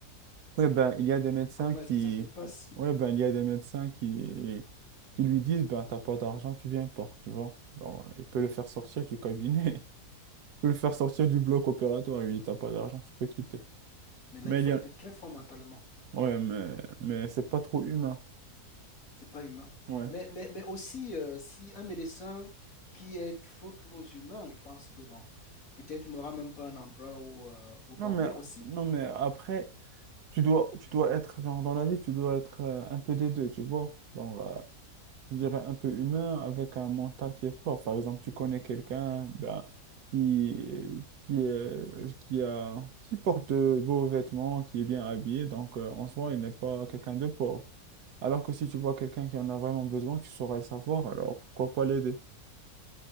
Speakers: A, on the right (about 80°); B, on the left (about 60°).
A: Ouais, ben, il y a des médecins
B: Comment
A: qui,
B: est-ce que ça se passe?
A: ouais, ben, il y a des médecins qui, qui lui disent, ben, t'as pas d'argent, tu viens pas, tu vois. Genre, il peut le faire sortir du cabinet, <laughs> il peut le faire sortir du bloc opératoire, il lui dit, t'as pas d'argent, tu peux quitter.
B: Mais là,
A: Mais
B: il faut
A: il y
B: être
A: a,
B: très fort mentalement.
A: ouais, mais, mais c'est pas trop humain.
B: C'est pas humain.
A: Ouais.
B: Mais, mais, mais aussi, euh, si un médecin qui est trop, trop humain, je pense que, bon, peut-être il n'aura même pas un endroit où, euh, où dormir
A: Non, mais,
B: aussi.
A: non, mais après, tu dois, tu dois être, genre, dans la vie, tu dois être euh, un peu des deux, tu vois. Genre, euh, je dirais un peu humain avec un mental qui est fort. Par exemple, tu connais quelqu'un ben, qui, qui, est- qui a, qui porte de beaux vêtements, qui est bien habillé, donc euh, en soi, il n'est pas quelqu'un de pauvre. Alors que si tu vois quelqu'un qui en a vraiment besoin, tu sauras le savoir, alors pourquoi pas l'aider?